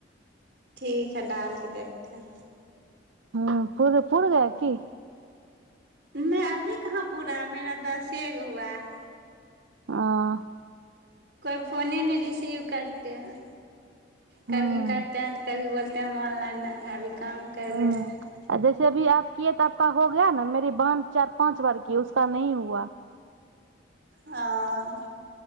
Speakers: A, on the right; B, on the right.
A: ठीक हइ डाल केऽ देखते हैं
B: ह पूर गया कि
A: नहि अभी कहाँ पूरा मेरा दसे गो हुआ है
B: आ
A: कोइ फोने नहि रिसीव करते है कभी
B: ह
A: करते हैं तऽ कभी बोलते ऑनलाइन नहि है अभी काम कर
B: ह
A: रहे हैं
B: जैसे अभी आप कि तऽ आपका हो गया न मेरी बहन चार पाँच बार कि उसका नहि हुआ
A: ह